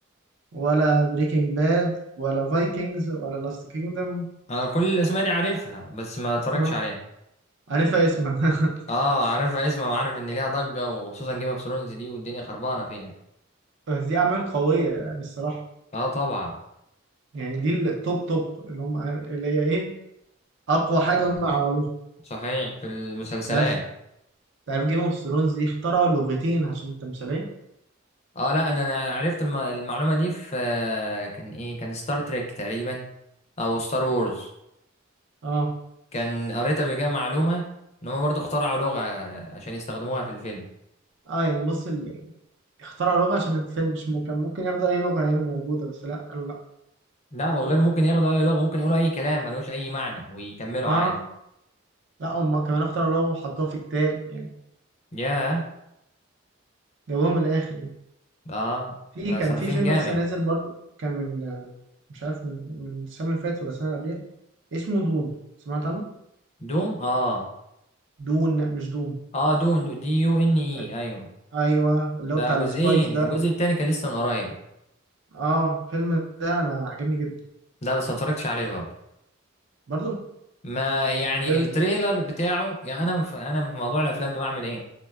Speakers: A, on the right (about 60°); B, on the left (about 35°).
A: ولا بريكنج باد ولا فايكنجز ولا لاست كينجدم
B: انا كل الاسماء دي عارفها بس ما اتفرجتش
A: اه
B: عليها
A: عارفها اسما <laughs>
B: اه عارفها اسمها وعارف ان ليها ضجة وخصوصا جيم اوف ثرونز دي والدنيا خربانة فيها
A: بس دي اعمال قويه يعني الصراحه
B: اه طبعا
A: يعني دي التوب توب اللي هم عارف اللي هي ايه اقوى حاجه هم عملوها
B: صحيح في المسلسلات
A: تعرف تعرف جيم اوف ثرونز دي اخترعوا لغتين عشان التمثيليه
B: اه لا إن انا عرفت الم- المعلومة دي في آه، كان ايه كان ستار تريك تقريبا او ستار وورز
A: اه
B: كان قريت قبل كده معلومة ان هم برضو اخترعوا لغة عشان يستخدموها في الفيلم
A: اه يعني بص ال... اخترعوا لغه عشان الفيلم مش ممكن ممكن ياخدوا اي لغه يعني موجوده بس لا قالوا لا
B: لا وغير ممكن ياخدوا اي لغة ممكن يقولوا اي كلام ملوش اي معنى ويكملوا
A: اه
B: عادي
A: لا هم كمان اختاروا لغة وحطوها في كتاب يعني
B: ياه
A: جابوها من الاخر يعني
B: اه
A: في
B: ده
A: كان
B: صارفين
A: في فيلم
B: جامد
A: لسه نازل برضو كان من آه، مش عارف من, من السنة اللي فاتت ولا السنة اللي قبلها اسمه دون سمعت عنه
B: دوم اه
A: دون مش دوم
B: اه دون دو- دي يو ان اي
A: آه،
B: ايوه
A: ايوه اللي
B: ده
A: هو بتاع
B: جزئين
A: السبايس ده
B: الجزء التاني كان لسه من قريب
A: اه الفيلم ده انا عجبني جدا
B: ده بس ما اتفرجتش عليه برضه
A: برضو
B: ما يعني
A: فيلم
B: التريلر بتاعه يعني انا في انا في موضوع الافلام ده بعمل ايه